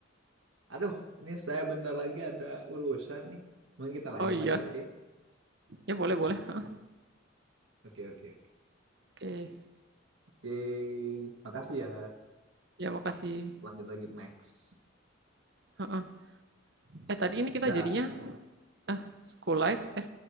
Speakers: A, on the right; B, on the right.
A: aduh ini saya bentar lagi ada urusan nih mungkin kita lanjut
B: Oh iya,
A: lagi nanti ya
B: ya boleh boleh, heeh.
A: oke oke oke
B: Oke,
A: Oke, makasih ya
B: ya makasih.
A: lanjut lagi next
B: Heeh. Eh tadi ini kita
A: Dah.
B: jadinya ah school life eh